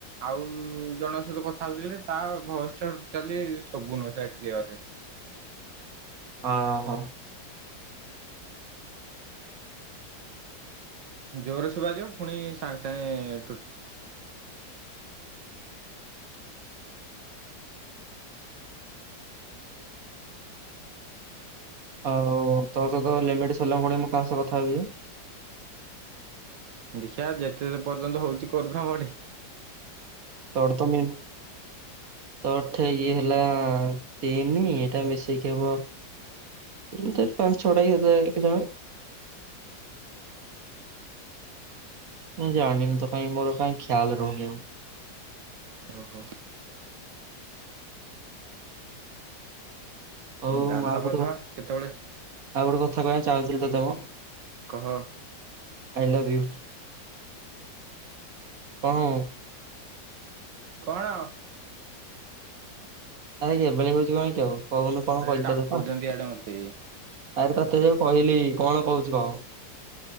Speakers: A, on the right; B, on the right.
A: ଆଉ ଜଣଙ୍କ ସହିତ କଥା ହଉଥିଲେ ତା ବ୍ୟବସ୍ ଟୋଟାଲି ସବୁ ନଥିଲା କ୍ଳିଅରରେ।
B: ହଁ ହଁ।
A: ଜୋରରେ ଶୁଭାଯିବ ପୁଣି ସାଙ୍ଗେ ସାଙ୍ଗେ
B: ଆଉ ତୋ ସ ଲେମଲ ଭଳିଆ ମୁଁ କାହା ସହ କଥା ହେବି ଯେ।
A: ଦେଖିଆ ଯେତେ ପର୍ଯ୍ୟନ୍ତ ହଉଛି କରୁଥା ବଢି।
B: ତୋର ତ ମି ତୋର ତ ଠେଇ ଏ ହେଲା ତିନି ଏଇଟା ମିଶେଇକି ହବ ପାଞ୍ଚ ଛଅଟା <unintelligible> ମୁଁ ଜାଣିନି ତ କାଇହିଁ ମୋର କାଇଁ ଖ୍ୟାଲ୍ ରହୁନି ଆଉ।
A: ଓ ହୋ।
B: ହଉ
A: ଗାଧୁଆ
B: ମୁଁ ଆଉ ଗୋଟେ
A: ପାଧୁଆ
B: କଥା
A: କେତେବେଳେ?
B: ଆଉ ଗୋଟେ କଥା କହିବା ଚାହୁଁଥିଲ ତତେ ମ।
A: କହ।
B: I love you. କଣ ହୁଁ?
A: କଣ?
B: ଆରେ ଏବେଳି ହଉଛି କହିଁ କିି ଆଉ କହୁନୁ କଣ
A: ରେ
B: କହିଥିଲୁପା
A: ଡାକୁଛନ୍ତି
B: ଦେବ
A: ଇଆଡେ ମତେ
B: ଆରେ ତତେ ଯଉ କହିଲି। କଣ କହୁଛୁ କହ?